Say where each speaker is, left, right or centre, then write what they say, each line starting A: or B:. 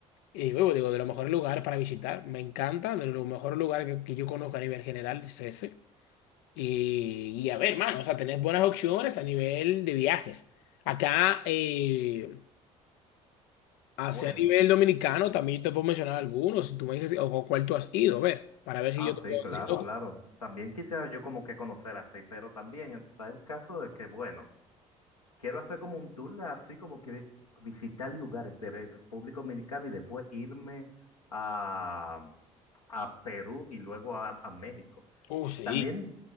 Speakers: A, on the left; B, on the left.
A: Y luego digo, de los mejores lugares para visitar. Me encanta, de los mejores lugares que, que yo conozco a nivel general es ese. Y, y a ver, mano, o sea, tenés buenas opciones a nivel de viajes. Acá, eh, hacia
B: Bueno,
A: nivel dominicano, también te puedo mencionar algunos, si tú me dices, o con cuál tú has ido, a ver, para ver si
B: ah,
A: yo
B: sí,
A: te puedo
B: claro,
A: decir otro.
B: claro. También quisiera yo como que conocer así, pero también está el caso de que, bueno, quiero hacer como un tour así como que visitar lugares de República Dominicana y después irme a, a Perú y luego a, a México.
A: Uh, sí.
B: También